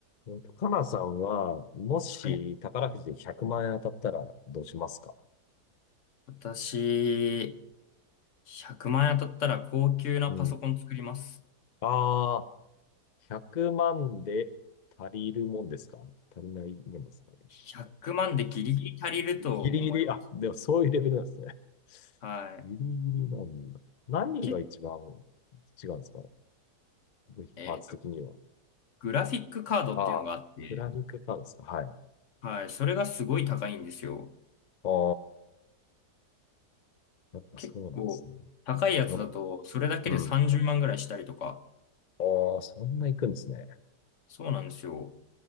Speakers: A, on the left; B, on the left.
A: うんとかなさんは、もし宝くじで100万円当たったらどうしますか
B: はい。私、100万円当たったら高級なパソコン作ります。
A: うん。ああ、100万で足りるもんですか足りないもんですか
B: 100万でギリギリ足りると思います。
A: ギリギリ、あ、でもそういうレベルなんですね。
B: はい。
A: ギリギリなんだ。何が一番
B: け、
A: 違うんですか部品パーツ的には。
B: えっと、グラフィックカードっていうのがあって、
A: ああ、クラニックカーですかはい。
B: はい。それがすごい高いんですよ。
A: ああ、やっぱそうなんですね。
B: 結構、高いやつだと、
A: うん、
B: それだけで30万ぐらいしたりとか、
A: うん。ああ、そんな行くんですね。
B: そうなんですよ。